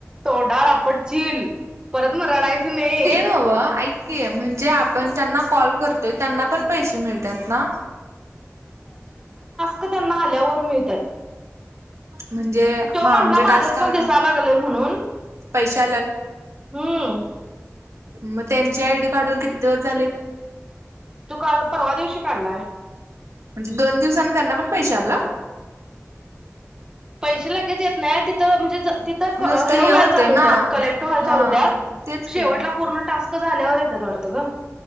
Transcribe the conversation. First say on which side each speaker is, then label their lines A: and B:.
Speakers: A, on the right; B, on the right.
A: तोंडाला आपटशील परत, मगं रडायचं नाई.
B: ते नव्ह ऐक की म्हंजे आपण ज्यांना कॉ कॉल करत त त्यांना पण पैशे मिळत्यात नां?
A: का त्येना आल्यावर मिळत्यात?
B: म्हणजे
A: तो
B: हा
A: म्हणला
B: म्हणजे
A: माझ्यात
B: टास्क
A: पण
B: आला
A: दिसाय लागलय म्हणून
B: पैसे
A: हम्म.
B: म त्यांची आय डी काढून किती दिवस झालेत?
A: तू काल परवा दिवशी काढलाय?
B: म्हंजे दोन दिवसांनी त्यांना पण पैश आलं!
A: पैशे लगेच येत नाय, तिथं म्हणजे ज तिथं क
B: नुसतं
A: हे व्हायल
B: होते
A: चालू
B: ना
A: होत्यात कलेक्ट व्हायला
B: हा
A: चालू होत्या
B: तेच की
A: शेवटला पूर्ण टास्क क झाल्यावर येत्यात वाटतं ग.